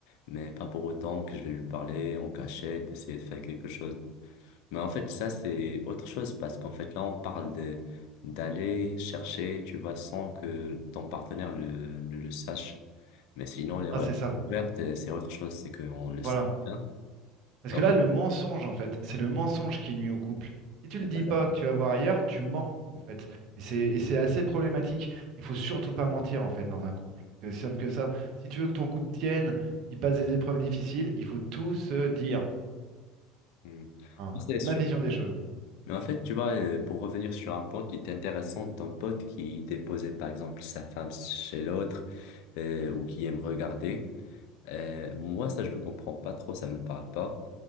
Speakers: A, on the left; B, on the right.
A: mais pas pour autant que je vais lui parler en cachette, essayer de faire quelque chose. Mais en fait, ça, c'est autre chose parce qu'en fait, là, on parle de d'aller chercher, tu vois, sans que ton partenaire le, ne le sache. Mais sinon, les relations
B: Ah, c'est ça.
A: ouvertes, euh, c'est autre chose, c'est qu'on le
B: Voilà.
A: sait bien.
B: Parce
A: Et
B: que là, le mensonge, en fait, c'est le mensonge qui nuit au couple. Si tu le
A: c'est
B: dis
A: pas ça.
B: pas que tu vas voir ailleurs, tu mens, en fait. Et c'est et c'est assez problématique. Il faut surtout pas mentir, en fait, dans un couple. C'est aussi simple que ça. Si tu veux que ton couple tienne, qu'il passe des épreuves difficiles, il faut tout se dire.
A: Hmm.
B: hein.
A: C'est
B: C'est
A: sûr.
B: ma vision des choses.
A: Mais en fait, tu vois, euh, pour revenir sur un point qui était intéressant, ton pote qui déposait, par exemple, sa femme chez l'autre euh, ou qui aime regarder, euh, moi, ça, je le comprends pas trop, ça me parle pas.